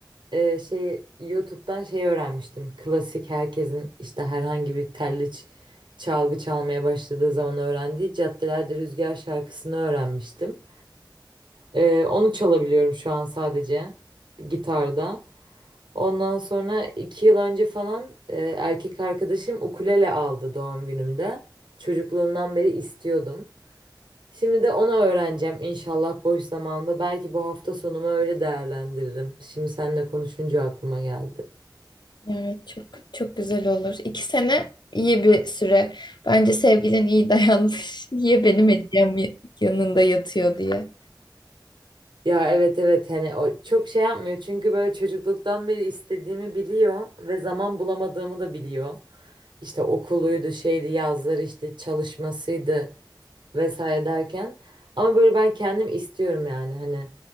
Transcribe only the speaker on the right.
e, şey YouTube'dan şey öğrenmiştim. Klasik herkesin işte herhangi bir telli ç- çalgı çalmaya başladığı zaman öğrendiği Caddelerde Rüzgar şarkısını öğrenmiştim. E, onu çalabiliyorum şu an sadece gitarda. Ondan sonra iki yıl önce falan e, erkek arkadaşım ukulele aldı doğum günümde. Çocukluğumdan beri istiyordum. Şimdi de onu öğreneceğim inşallah boş zamanında. Belki bu hafta sonumu öyle değerlendiririm. Şimdi seninle konuşunca aklıma geldi.
Ya evet evet hani o çok şey yapmıyor çünkü böyle çocukluktan beri istediğimi biliyor ve zaman bulamadığımı da biliyor. İşte okuluydu şeydi yazları işte çalışmasıydı vesaire derken ama böyle ben kendim istiyorum yani hani